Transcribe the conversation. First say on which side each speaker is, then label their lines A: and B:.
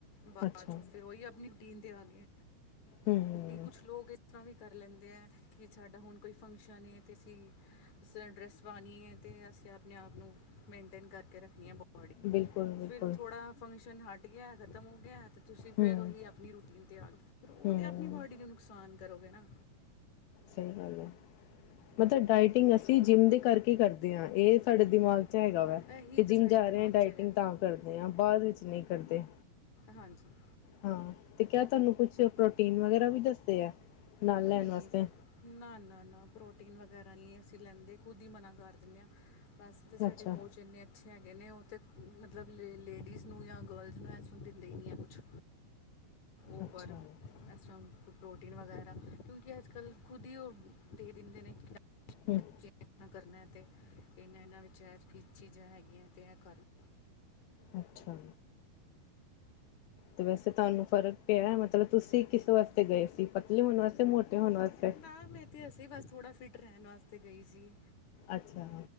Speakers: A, on the left (about 55°); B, on the left (about 80°).
A: ਬਾਅਦ
B: ਅੱਛਾ
A: ਚੋਂ ਫਿਰ ਉਹੀ ਆਪਣੀ ਰੂਟੀਨ ਦੇ ਆ ਗਏ
B: ਹੂੰ,
A: ਨਹੀਂ ਕੁਛ ਲੋਕ ਇਸ ਤਰ੍ਹਾਂ ਵੀ ਕਰ ਲੈਂਦੇ ਹੈ ਕਿ ਸਾਡਾ ਹੁਣ ਕੋਈ ਫੰਕਸ਼ਨ ਏ ਤੇ ਅਸੀਂ ਸੋਹਣੀ ਡਰੈੱਸ ਪਾਉਣੀ ਹੈ ਅਤੇ ਅਸੀਂ ਆਪਣੇ ਆਪ ਨੂੰ ਮੇਨਟੇਨ ਕਰਕੇ ਰੱਖਣੀ ਬਹੁਤ ਬ
B: ਬਿਲਕੁਲ-ਬਿਲਕੁਲ,
A: ਫਿਰ ਥੋੜਾ ਫੰਕਸ਼ਨ ਹਟ ਗਿਆ, ਖ਼ਤਮ ਹੋ ਗਿਆ ਤੇ ਤੁਸੀਂ ਫਿਰ
B: ਹੂੰ,
A: ਉਹੀ ਆਪਣੀ ਰੂਟੀਨ ਤਿਆਰ ਫਿਰ ਉਹਦੇ
B: ਹੂੰ।
A: ਆਪ ਆਪਣੀ ਬੋਡੀ ਨੂੰ ਨੁਕਸਾਨ ਕਰੋਗੇ ਨਾ
B: ਸਹੀ ਗੱਲ ਹੈ ਮਤਲਬ ਡਾਇਟਿੰਗ ਅਸੀਂ ਜਿੰਮ ਦੇ ਕਰਕੇ ਕਰਦੇ ਹਾਂ ਇਹ ਸਾਡੇ
A: ਉਹ-
B: ਦਿਮਾਗ 'ਚ ਹੈਗਾ ਵਾ
A: ਇਹੀ
B: ਕਿ
A: ਤੇ
B: ਜਿੰਮ
A: ਸਾਡੇ
B: ਜਾ
A: ਦਿਮਾਗ
B: ਰਹੇ ਡਾਇਟਿੰਗ
A: 'ਚ ਹੈਗਾ
B: ਤਾਂ ਕਰਦੇ ਹਾਂ ਬਾਅਦ ਵਿੱਚ ਨਹੀਂ ਕਰਦੇ
A: ਹਾਂਜੀ
B: ਹਾਂ, ਤੇ ਕਿਆ ਤੁਹਾਨੂੰ ਕੁਛ ਪ੍ਰੋਟੀਨ ਵਗੈਰਾ ਵੀ ਦੱਸਦੇ ਆ ਨਾਲ
A: ਨਹੀਂ
B: ਲੈਣ ਵਾਸਤੇ
A: ਨਾ- ਨਾ- ਨਾ ਪ੍ਰੋਟੀਨ ਵਗੈਰਾ ਹੀ ਅਸੀਂ ਲੈਂਦੇ ਖੁਦ ਹੀ ਮਨਾ ਕਰ ਦਿੰਦੇ ਹਾਂ ਬਸ ਤਾਂ ਸਾਡੇ
B: ਅੱਛਾ,
A: ਪਹੁੰਚ ਇੰਨੇ ਅੱਛੇ ਹੈਗੇ ਨੇ ਉਹ ਮਤਲਬ ਲੇਡੀਜ਼ ਨੂੰ ਜਾਂ ਗਰਲਜ਼ ਨੂੰ ਐਸ ਦਿੰਦੇ ਹੀ ਨਹੀਂ ਹੈ ਕੁਛ ਓਵਰਸ੍ਹਾਂ
B: ਅੱਛਾ ਹੂੰ,
A: ਪ੍ਰੋਟੀਨ ਵਗੈਰਾ ਕਿਉਂਕਿ ਅੱਜ ਕੱਲ ਖੁਦ ਹੀ ਉਹ ਦੇ ਦਿੰਦੇ ਨੇ
B: ਹਮ
A: ਤੁਸੀਂ ਇਸ ਕਰਨਾ ਤੇ ਇਹਨਾਂ -ਇਹਨਾਂ ਵਿਚ ਕੀ ਚੀਜ਼ਾਂ ਹੈਗੀਆਂ ਤੇ ਇਹ ਕਰ ਲੳ
B: ਅੱਛਾ ਤੇ ਵੈਸੇ ਤੁਹਾਨੂੰ ਫਰਕ ਪਿਆ ਮਤਲਬ ਤੁਸੀਂ ਕਿਸ ਵਾਸਤੇ ਗਏ ਸੀ ਪਤਲੇ ਹੋਣ ਵਾਸਤੇ ਮੋਟੇ ਹੋਣ ਵਾਸਤੇ
A: ਨਾ ਮੈਂ ਤੇ ਅਸੀਂ ਬਸ ਥੋੜ੍ਹਾ ਫਿਟ ਰਹਿਣ ਵਾਸਤੇ ਗਈ ਸੀ
B: ਅੱਛਾ